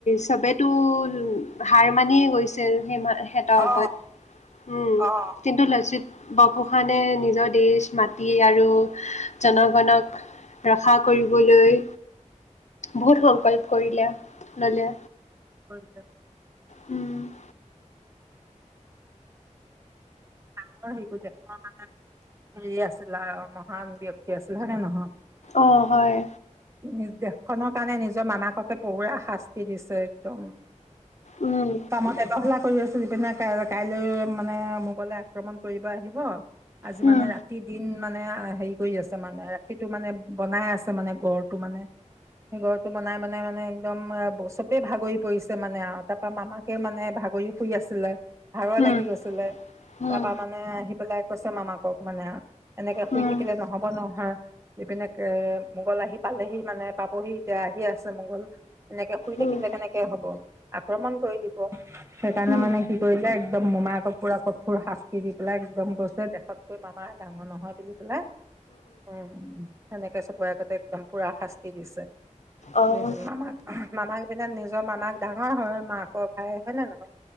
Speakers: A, on the left; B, on the right.
A: চবেতো হাৰ মানিয়ে গৈছে সিমা হেতৰ আগত
B: অ
A: উম
B: অ
A: কিন্তু লাচিত বপুখানে নিজৰ দেশ মাতি আৰু জনগণক ৰক্ষা কৰিবলৈ বহুত সংকল্প কৰিলে ললে
B: কৰি য
A: উম
B: ডাঙৰ হেইটো দেশৰ মানে হেৰি আছিল আৰু মহান ব্যক্তি আছিল হয় নে নহয়?
A: অ হয়
B: নিচ দেশখনৰ কাৰণে নিজৰ মামাককে পুৰা শাস্তি দিছে একদম
A: উম,
B: কামত এবেহুলা কৰি চলি পিনে কাইলৈ, কাইলৈ মানে মোগলে আক্ৰমণ কৰিব আহিব। আজি
A: উম,
B: মানে ৰাতি-দিন মানে হেৰি কৰি আছে মানে, ৰাতিটো মানে বনাই আছে মানে। গড়টো মানে, সেই গড়টো বনাই মনাই মানে একদম চবেই ভাগৰি পৰিছে মানে আৰু! তাৰ পৰা মামাকেও মানে ভাগৰি শুই আছিলে। ভাগৰ
A: উম,
B: লাগি গৈছিলে,
A: উম,
B: তাৰাপা মানে আহি পেলাই কৈছে মামাকক মানে, এনেকে শুই
A: উম,
B: থাকিলে নহ'ব নহয়! ইপিনে মোগল আহি পালেহি মানে, পাবহি এতিয়া আহি আছে মোগল। এনেকে শুই থাকিলে
A: উম,
B: কেনেকে হ'ব? আক্ৰমণ কৰি দিব, সেইকাৰণে
A: উম,
B: মানে কি কৰিলে একদম মোমাইক পুৰা কঠোৰ শাস্তি দি পেলাই একদম কৈছে, দেশতকৈ মামা ডাঙৰ নহয় বুলি পেলাই, উম সেনেকে চবৰে আগতে একদম পুৰা শাস্তি দিছে।
A: অ'।
B: নিজ মামাক, মামাক এইপিনে নিজৰ মামাক ডাঙৰ হয়, মাকৰ ভাই হয়নে নহয়?